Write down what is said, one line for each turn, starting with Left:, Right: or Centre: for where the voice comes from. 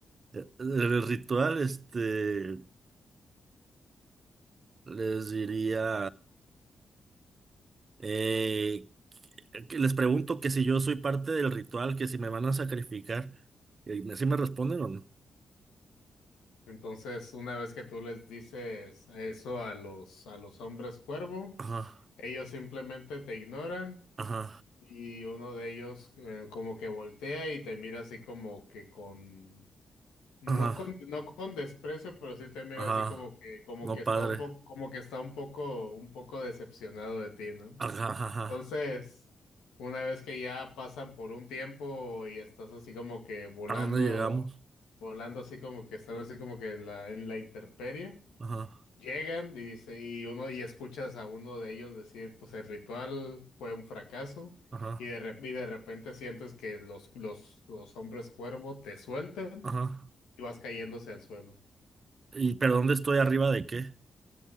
Right: El el ritual, este... Les diría. Eh, que les pregunto que si yo soy parte del ritual, que si me van a sacrificar. ¿Y así me responden o no?
Left: Entonces, una vez que tú les dices eso a los, a los hombres cuervo,
Right: Ajá,
Left: ellos simplemente te ignoran
Right: ajá,
Left: y uno de ellos eh, como que voltea y te mira así como que con, no
Right: ajá,
Left: con, no con desprecio, pero sí te mira
Right: ajá.
Left: así como que, como
Right: No,
Left: que está
Right: padre.
Left: un poco, como que está un poco, un poco decepcionado de ti, ¿no?
Right: Ajá, ajá, ajá.
Left: Entonces, una vez que ya pasan por un tiempo y estás así como que volando,
Right: ¿A dónde llegamos?
Left: volando así como que están así como que en la, en la intemperie,
Right: Ajá,
Left: llegan y dice, y uno, y escuchas a uno de ellos decir, pues el ritual fue un fracaso,
Right: ajá,
Left: y de, rep- y de repente sientes que los, los, los hombres cuervo te sueltan
Right: ajá.
Left: y vas cayéndose al suelo.
Right: ¿Y pero dónde estoy arriba de qué?